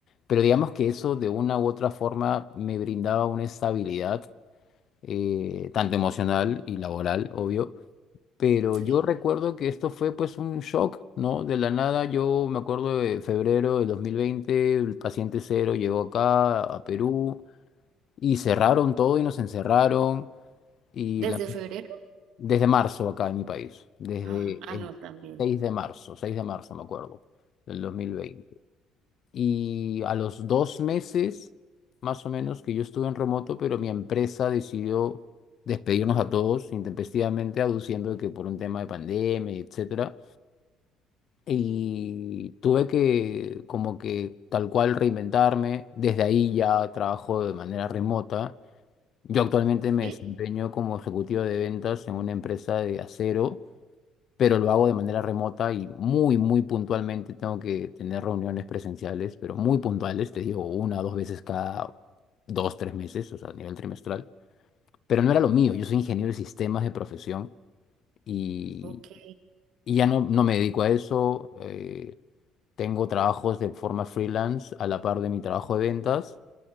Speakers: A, on the left (about 55°); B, on the right (about 70°).
A: Pero digamos que eso de una u otra forma me brindaba una estabilidad, eh, tanto emocional y laboral, obvio, Pero
B: Sí.
A: yo recuerdo que esto fue pues un shock, ¿no? De la nada, yo me acuerdo de febrero del 2020, el paciente cero llegó acá a Perú y cerraron todo y nos encerraron y
B: ¿Desde
A: la-
B: febrero?
A: desde marzo acá en mi país, desde
B: Ah, ah,
A: el
B: no, también.
A: 6 de marzo, 6 de marzo me acuerdo, del 2020. Y a los dos meses, más o menos, que yo estuve en remoto, pero mi empresa decidió despedirnos a todos intempestivamente, aduciendo que por un tema de pandemia, etc Y tuve que como que tal cual reinventarme. Desde ahí ya trabajo de manera remota. Yo actualmente
B: ¿Sí?
A: me desempeño como ejecutivo de ventas en una empresa de acero, pero lo hago de manera remota y muy, muy puntualmente tengo que tener reuniones presenciales, pero muy puntuales, te digo, una o dos veces cada dos, tres meses, o sea, a nivel trimestral. Pero no era lo mío, yo soy ingeniero de sistemas de profesión y,
B: Ok.
A: y ya no, no me dedico a eso. eh, tengo trabajos de forma freelance a la par de mi trabajo de ventas